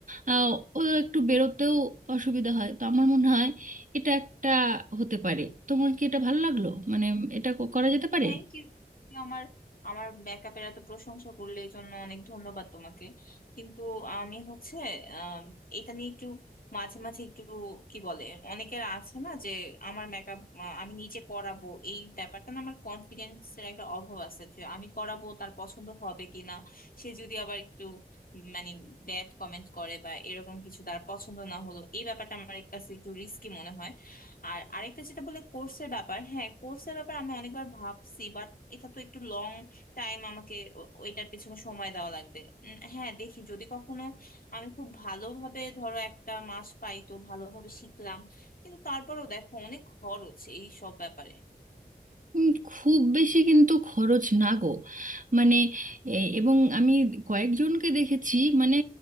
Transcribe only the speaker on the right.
আহ, ও একটু বেরোতেও অসুবিধা হয় তো আমার মনে হয় এটা একটা হতে পারে তোমার কি এটা ভালো লাগলো মানে এটা ক- করা যেতে পারে
উম, খুব বেশি কিন্তু খরচ না গো মানে এ- এবং আমি কয়েকজনকে দেখেছি মানে